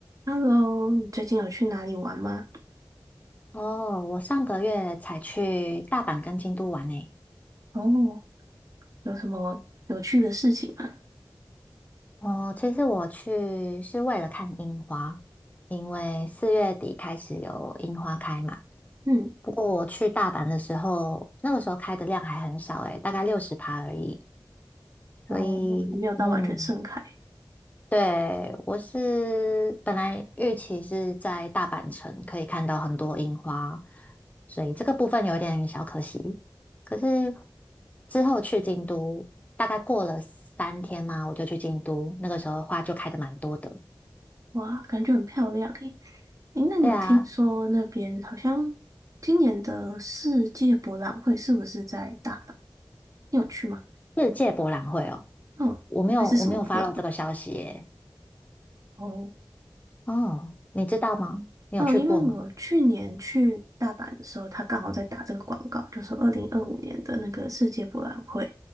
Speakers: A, on the right (about 45°); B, on the left (about 20°).
A: Hello，你最近有去哪里玩吗？
B: 哦，我上个月才去大阪跟京都玩诶。
A: 哦，有什么有趣的事情吗？
B: 哦，其实我去是为了看樱花，因为四月底开始有樱花开嘛。
A: 嗯，
B: 不过我去大阪的时候，那个时候开的量还很少诶，大概六十趴而已。
A: 哦，
B: 所以，
A: 还没有到完全盛开，
B: 嗯，对，我是本来预期是在大阪城可以看到很多樱花，所以这个部分有点小可惜。可是之后去京都，大概过了三天嘛，我就去京都，那个时候花就开的蛮多的。
A: 哇，感觉很漂亮诶。诶，那你有听说那边好像今年的世界博览会是不是在大阪？
B: 对啊，
A: 你有去吗？
B: 世界博览会哦，
A: 嗯，
B: 我没有我没有
A: 还是什么博览会？
B: follow 这个消息耶。
A: 哦，
B: 哦，你知道吗？你有去过吗？
A: 嗯，因为我去年去大阪的时候，他刚好在打这个广告，就是二零二五年的那个世界博览会